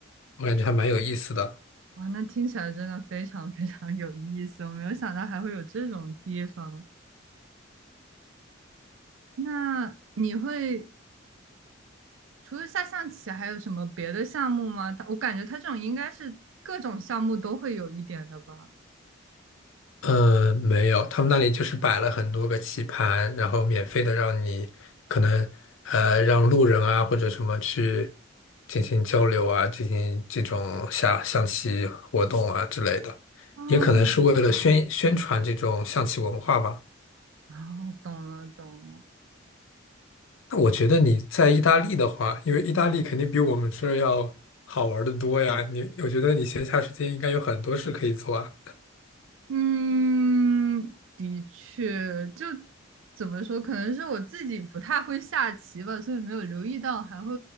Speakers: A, on the left (about 80°); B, on the right (about 75°).
A: 我感觉还蛮有意思的。
B: 哇，那听起来真的非常非常有意思，我没有想到还会有这种地方。那你会除了下象棋，还有什么别的项目吗？它我感觉它这种应该是各种项目都会有一点的吧。
A: 嗯，没有，他们那里就是摆了很多个棋盘，然后免费的让你可能呃让路人啊或者什么去进行交流啊，进行这种下象棋活动啊之类的，
B: 哦，
A: 也可能是为了宣宣传这种象棋文化吧。
B: 哦，懂了懂了。
A: 那我觉得你在意大利的话，因为意大利肯定比我们这儿要好玩的多呀，你我觉得你闲暇时间应该有很多事可以做啊。
B: 嗯，的确，就怎么说，可能是我自己不太会下棋吧，所以没有留意到，还会，